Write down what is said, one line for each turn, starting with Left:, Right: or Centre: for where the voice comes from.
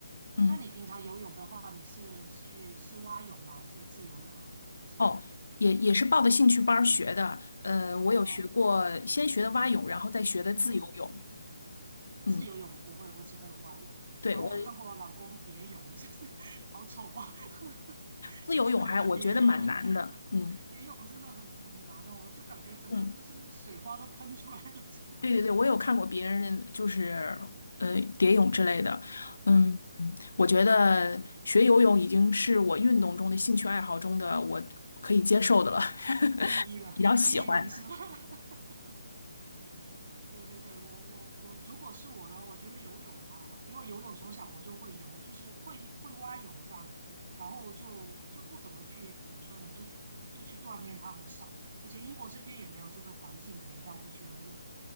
Left: 嗯。
Right: 那你平常游泳的话，你是去是蛙泳吗？还是自由泳啊？还是
Left: 哦，也也是报的兴趣班儿学的。呃，
Right: 哦，
Left: 我有学过，先学的蛙泳，然后再学的自由泳。
Right: 嗯，
Left: 嗯，
Right: 自由泳我不会，我只会蛙泳。
Left: 对，
Right: 然后我看过我老公蝶泳，
Left: 我
Right: <laughs> 真是好丑啊！<laughs>
Left: 自由泳还我觉得蛮难的。
Right: 你看过人家蝶泳吗？<laughs>
Left: 嗯
Right: 蝶泳真的很很难哦，就感觉整个就是水花都喷出来了。
Left: 嗯，
Right: <laughs> 真的
Left: 对对对，我有看过别人就是呃蝶泳之类的。嗯嗯，
Right: 嗯，
Left: 我觉得学游泳已经是我运动中的兴趣爱好中的我可以接受的了，<laughs>
Right: 第一了，
Left: 比较喜欢。
Right: 第一名是吧？<laughs> 对对对，我我我，如果是我的话，我觉得游泳还好，因为游泳从小我就会游，就是会会蛙泳这样，然后就就不怎么去怎么说呢，就就去锻炼它很少，而且英国这边也没有这个环境可以让我去游泳，